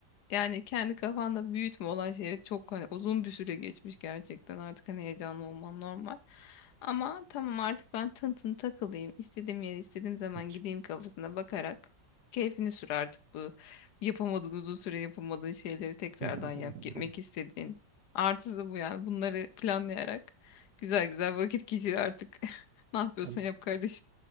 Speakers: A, on the left; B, on the right.
A: yani kendi kafanda büyütme olan şey çok hani uzun bir süre geçmiş gerçekten artık hani heyecanlı olman normal. Ama tamam artık ben tın tın takılayım. istediğim yere istediğim zaman
B: hiç.
A: gideyim kafasına bakarak keyfini sür artık bu yapamadığın uzun süre yapamadığın şeyleri tekrardan
B: <laughs>
A: yap gitmek istediğin. Artısı bu yani bunları planlayarak güzel güzel vakit geçir artık. <laughs> Ne yapıyorsan
B: Yani,
A: yap kardeşim.